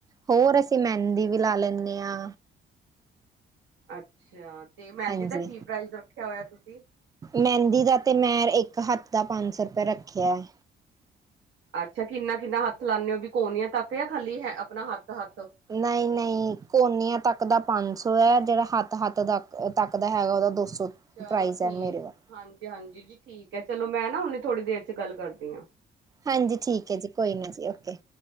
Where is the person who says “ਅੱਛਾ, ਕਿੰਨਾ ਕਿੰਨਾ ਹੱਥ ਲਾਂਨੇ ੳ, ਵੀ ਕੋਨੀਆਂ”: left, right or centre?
Right